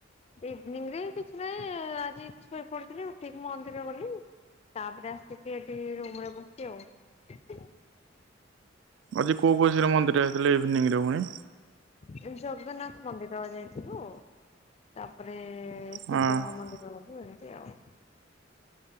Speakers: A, on the left (about 35°); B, on the right (about 70°).
A: ଇଭିନିଂରେ କିଛି ନାହିଁ ଆଜି ଶୋଇପଡିଥିଲି ଉଠିକି ମନ୍ଦିର ଗଲି। ତାପରେ ଆସିକି ଏଠି ରୁମରେ ବସିଚି ଆଉ।
B: ଆଜି କୋଉ ଖୁସିରେ ମନ୍ଦିର ଯାଇଥିଲେ ଇଭିନିଂରେ ପୁଣି।
A: ଏଇ ଜଗନ୍ନାଥ ମନ୍ଦିର ଯାଇଥିଲୁ। ତାପରେ ଶିବଙ୍କ
B: ହଁ
A: ମନ୍ଦିର ଗଲୁ ଏମତି ଆଉ।